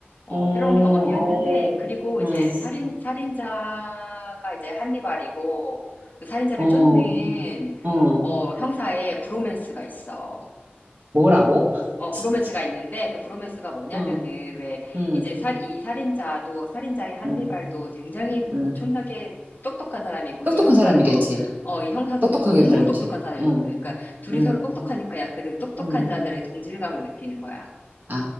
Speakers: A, on the left; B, on the right.
A: 어,
B: 어, 어,
A: 새로운 경험이었는데, 그리고
B: 어,
A: 이제 살인, 살인자가 이제 한니발이고, 그 살인자를
B: 어,
A: 쫓는,
B: 어.
A: 어, 형사의 브로맨스가 있어.
B: 뭐라고? <laughs>
A: 어, 브로맨스가 있는데 그 브로맨스가 뭐냐면은
B: 어,
A: 왜
B: 응
A: 이제 살, 이 살인자도 살인자인 한니발도
B: 응
A: 굉장히
B: 응
A: 엄청나게 똑똑한 사람이고
B: 똑똑한
A: 이 형사도
B: 사람이겠지.
A: 어, 이 형사도
B: 똑똑하게
A: 너무너무
B: 살지.
A: 똑똑한 사람이거든.
B: 응,
A: 그러니까 둘이
B: 응,
A: 서로 똑똑하니까 야, 그 똑똑한
B: 응.
A: 자들의 동질감을 느끼는 거야.
B: 아,